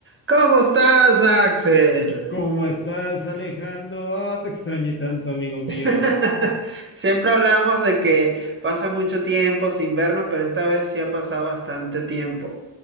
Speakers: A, on the right; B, on the left.
A: ¿Cómo estás, Axel?
B: ¿Cómo estás, Alejandro? Ah, te extrañé tanto, amigo mío.
A: <laughs> Siempre hablamos de que pasa mucho tiempo sin vernos, pero esta vez sí ha pasado bastante tiempo.